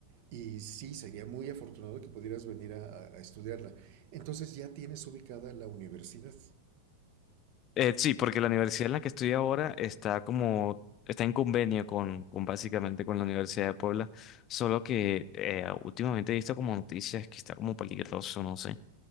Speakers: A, on the right; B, on the left.
A: Y sí, sería muy afortunado que pudieras venir a, a- a estudiarla. Entonces ya tienes ubicada la universidad.
B: Eh, sí, porque la universidad en la que estoy ahora está como, está en convenio con, con básicamente con la Universidad de Puebla, solo que eh, últimamente he visto como noticias que está como peligroso, no sé.